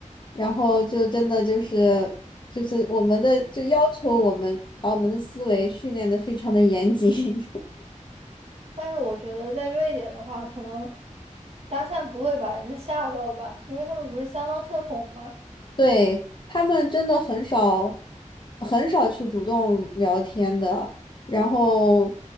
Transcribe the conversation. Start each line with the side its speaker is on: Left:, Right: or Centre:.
Left: 然后就真的就是就是我们的就要求我们把我们的思维训练的非常的严谨，
Right: 但是我觉得在瑞典的话，可能搭讪不会把人家吓到吧，因为他们不是相当社恐吗？
Left: 对，他们真的很少，很少去主动聊天的，然后